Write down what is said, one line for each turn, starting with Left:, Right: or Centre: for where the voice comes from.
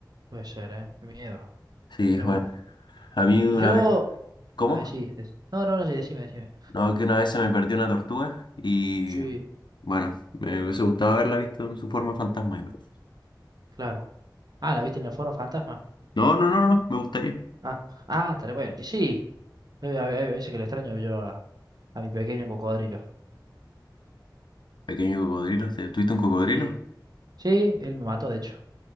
Right: puede ser, ¿eh? Qué miedo.
Left: Sí,
Right: Mira
Left: bueno.
Right: vos.
Left: A mí
Right: Y
Left: una
Right: yo,
Left: vez. ¿Cómo?
Right: a ver si, dec- no, no, no, sí, decime, decime.
Left: No, que una vez se me perdió una tortuga y
Right: Sí,
Left: bueno, me hubiese gustado haberla visto en su forma fantasma igual.
Right: claro. Ah, ¿la viste en el foro fantasma?
Left: No, no, no, no, no, me gustaría.
Right: Ah, ah, estaré bueno. Y sí, eh, a, a- a veces que le extraño yo a, a mi pequeño cocodrilo.
Left: Pequeño cocodrilo, ¿te- ¿tuviste un cocodrilo?
Right: Sí, sí, él me mató, de hecho,